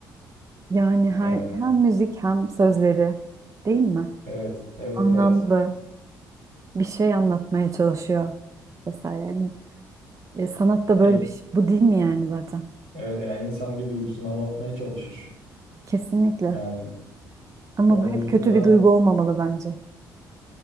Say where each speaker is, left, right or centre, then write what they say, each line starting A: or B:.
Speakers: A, on the right (about 30°); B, on the right (about 75°).
A: Yani her
B: E,
A: hem müzik hem sözleri değil mi?
B: evet, evet,
A: Anlamlı
B: evet.
A: bir şey anlatmaya çalışıyor vesaire. Yani e, sanat da
B: E,
A: böyle bir şey. Bu değil mi yani zaten?
B: evet yani insan bir duygusunu anlatmaya çalışır.
A: Kesinlikle.
B: Yani
A: Ama
B: onun
A: bu hep
B: dışında
A: kötü bir duygu olmamalı bence.